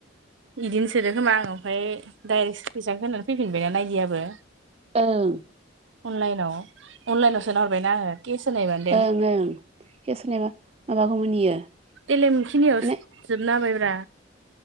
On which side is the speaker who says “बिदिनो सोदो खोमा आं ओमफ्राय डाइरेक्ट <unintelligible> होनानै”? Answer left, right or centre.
Right